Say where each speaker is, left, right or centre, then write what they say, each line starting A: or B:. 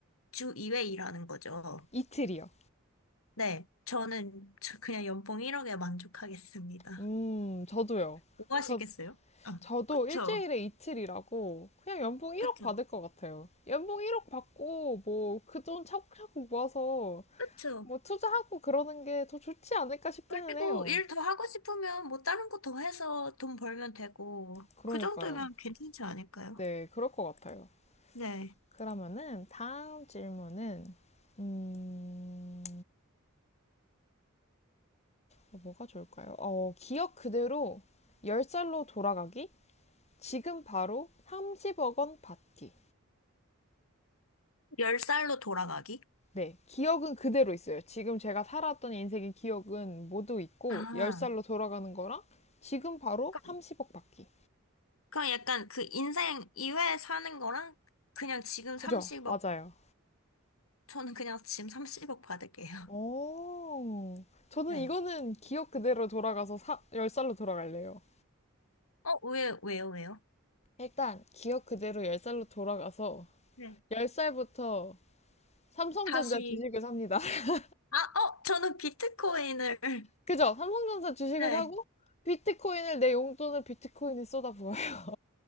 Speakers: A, on the left; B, on the left.
A: 주 이회 일하는 거죠.
B: <laughs> 이틀이요.
A: 네, 저는 저 그냥 연봉 1억에 만족하겠습니다.
B: 음, 저도요.
A: 뭐 하시겠어요?
B: 저
A: 아,
B: 저도
A: 그쵸.
B: 일주일에 이틀이라고 그냥 연봉 1억
A: 그쵸.
B: 받을 것 같아요. 연봉 1억 받고 뭐 그 돈 차곡차곡 모아서
A: 그쵸.
B: 뭐 투자하고 그러는 게 더 좋지 않을까 싶기는
A: 그리고
B: 해요.
A: 일 더 하고 싶으면 뭐 다른 거 더 해서 돈 벌면 되고,
B: 그러니까요.
A: 그 정도면 괜찮지 않을까요?
B: 네, 그럴 것 같아요.
A: 네.
B: 그러면은 다음 질문은 음, 뭐가 좋을까요? 어, 기억 그대로 10살로 돌아가기? 지금 바로 30억 원 받기.
A: 10살로 돌아가기?
B: 네, 기억은 그대로 있어요. 지금 제가 살았던 인생의 기억은 모두 있고,
A: 아,
B: 10살로 돌아가는 거랑 지금 바로
A: 그럼
B: 30억 받기.
A: 그럼 약간 그 인생 2회 사는 거랑 그냥 지금
B: 그죠?
A: 30억.
B: 맞아요.
A: 저는 그냥 지금 30억 받을게요.
B: 오,
A: <laughs>
B: 저는
A: 네.
B: 이거는 기억 그대로 돌아가서 사, 10살로 돌아갈래요.
A: 어, 왜, 왜요, 왜요?
B: 일단, 기억 그대로 10살로 돌아가서
A: 네.
B: 10살부터 삼성전자
A: 다시,
B: 주식을 삽니다. <laughs>
A: 아, 어, 저는 비트코인을, <laughs>
B: 그죠? 삼성전자 주식을
A: 네.
B: 사고, 비트코인을 내 용돈을 비트코인에 쏟아부어요. <laughs>